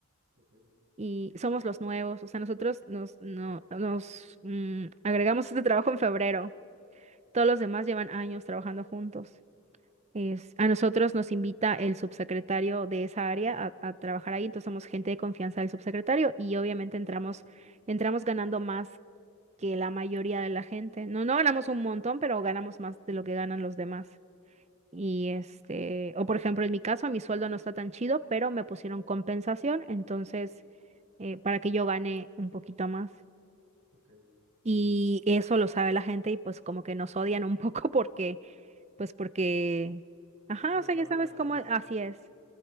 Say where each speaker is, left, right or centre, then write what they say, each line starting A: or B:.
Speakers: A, on the right; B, on the right.
A: ok.
B: Y somos los nuevos, o sea, nosotros nos, no, nos mm, agregamos este trabajo en febrero. Todos los demás llevan años trabajando juntos. Es, a nosotros nos invita el subsecretario de esa área a, a trabajar ahí, entonces somos gente de confianza del subsecretario y obviamente entramos,
A: Ah, muy bien.
B: entramos ganando más que la mayoría de la gente. No, no ganamos un montón, pero ganamos más
A: Sí,
B: de lo que ganan los demás. Y este, o por ejemplo, en mi caso, mi sueldo no está tan chido, pero me pusieron compensación, entonces, eh, para que yo gane un poquito más.
A: ok.
B: Y eso lo sabe la gente y pues como que nos odian un <laughs> poco porque, pues porque, ajá,
A: Eres
B: o sea,
A: nuevo
B: ya sabes
A: y ganas
B: cómo,
A: más.
B: así es.